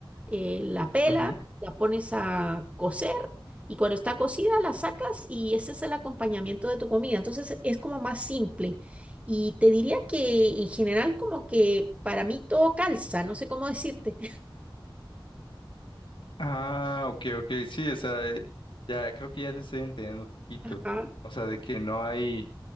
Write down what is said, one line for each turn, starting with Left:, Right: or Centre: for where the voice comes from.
Right: eh, la pela,
Left: ujú.
Right: la pones a cocer y cuando está cocida la sacas y ese es el acompañamiento de tu comida. Entonces es como más simple. Y te diría que en general como que para mí todo calza, no sé cómo decirte.
Left: Ah, ok, ok, sí, o sea, eh, ya creo que ya te estoy entendiendo un poquito.
Right: Ajá,
Left: O sea, de que no hay,